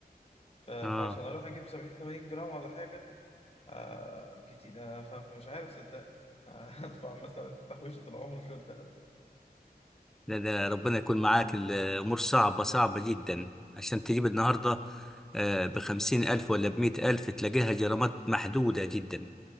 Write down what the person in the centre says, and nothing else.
اه
لا ده ربنا يكون معاك الامور صعبه صعبه جدا عشان تجيب النهارده آه بخمسين الف ولا بمئة الف تلاقيها جرامات محدوده جدا